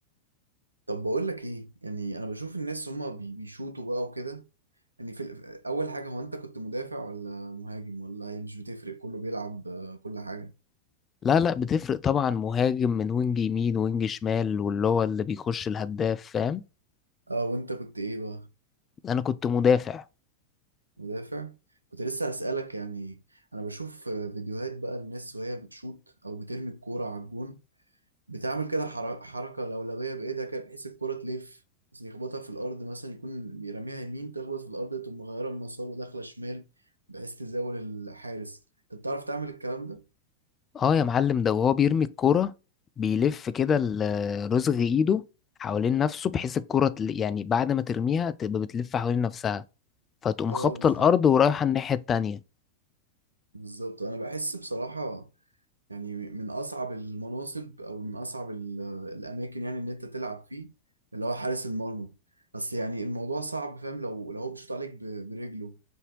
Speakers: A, on the right; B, on the left.
A: طب بقول لك ايه يعني انا بشوف الناس هما بي- بيشوطوا بقى وكده يعني في ال- اول حاجه هو انت كنت مدافع ولا مهاجم ولا هي مش بتفرق كله بيلعب آه، كل حاجه
B: لا لا بتفرق طبعا مهاجم من وينج يمين وينج شمال واللي هو اللي بيخش الهداف فاهم
A: اه وانت كنت ايه بقى
B: انا كنت مدافع
A: مدافع كنت لسه هسألك يعني انا بشوف آه، فيديوهات بقى الناس وهي بتشوط او بترمي الكوره على الجون بتعمل كده حر- حركة لولبية بإيدها كده بحيث الكرة تلف بس يخبطها في الأرض مثلا يكون بيرميها يمين تخبط في الأرض تقوم مغيرة المسار وداخلة شمال بحيث تزاول الحارس أنت بتعرف تعمل الكلام ده؟
B: اه يا معلم ده وهو بيرمي الكرة بيلف كده ال- رزغ ايده حوالين نفسه بحيث الكرة تل- يعني بعد ما ترميها تبقى بتلف حوالين نفسها فتقوم
A: اه
B: خابطة
A: بالظبط
B: الأرض ورايحة الناحية التانية
A: بالظبط أنا بحس بصراحة يعني من أصعب المناصب أو من أصعب ال- الأماكن يعني إن أنت تلعب فيه اللي هو حارس المرمى بس يعني الموضوع صعب فاهم لو لو هو بيشوط عليك ب- برجله